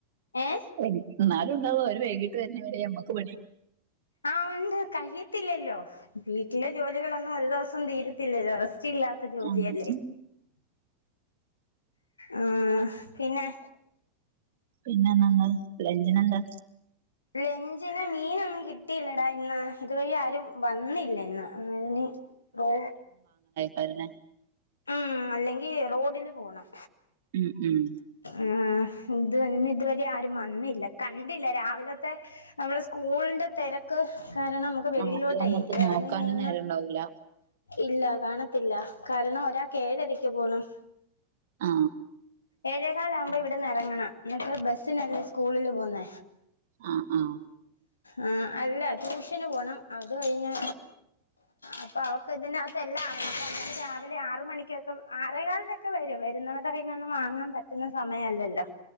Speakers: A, on the left; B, on the right.
A: ഏഹ്
B: എന്നാലും ഉണ്ടാവും അവര് വൈകീട്ട് വരുന്നവരെ നമുക്ക് പണി.
A: ആഹ് ഉണ്ട് കഴിയത്തില്ലല്ലോ വീട്ടിലെ ജോലികൾ ഒന്നും. ആ ഒരു ദിവസം തീരത്തില്ലല്ലോ റെസ് <inaudible> ല്ലാത്ത ജോലിയല്ലേ
B: ആഹ്
A: ആ പിന്നെ
B: പിന്നെന്ന് <unintelligible> ലഞ്ചിനെന്താ
A: ലെഞ്ചിന് മീനൊന്നും കിട്ടിയില്ലടാ ഇന്ന് ഇത് വരെആരും വന്നില്ല ഇന്ന് അന്നേരെനി റോ
B: വരണെ
A: ആ അല്ലെങ്കിൽ റോഡിൽ പോണം
B: ഉം ഉം
A: ആഹ് ഇത് തന്നെ ഇതുവരെ ആരും വന്നില്ല കണ്ടില്ല രാവിലത്തെ നമ്മള് സ്കൂളിന്റെ തിരക്ക് കാരണം നമുക്ക് വെള്ളിയിലോട്ടേ
B: ആദ്യം നമ്മക്ക്
A: എറങ്ങി
B: നോക്കാനും
A: നിന്ന്
B: നേരം ഉണ്ടാവൂല
A: ഇല്ല കാണത്തില്ല കാരണം ഒരാക്ക് ഏഴരക്ക് പോണം
B: ആ
A: ഏഴേകാലാകുമ്പോ ഇവിടന്ന് എറങ്ങണം എന്നിട്ട് ബസ്സിനല്ലേ സ്കൂളില് പോകുന്നേ
B: ആ ആ
A: അ അല്ല ട്യൂഷന് പോണം അത്കഴിഞ്ഞ് അപ്പൊ അവക്ക് ഇതിനകത്ത് എല്ലാം അറിയാം <inaudible> രാവിലെ ആറ് മണിക്കൊക്കെ ആറേകാലിനൊക്കെവരും വരുന്നവരുടെ കൈയ്യിന്ന് ഒന്നുംവാങ്ങാൻ പറ്റുന്ന സമയല്ലല്ലോ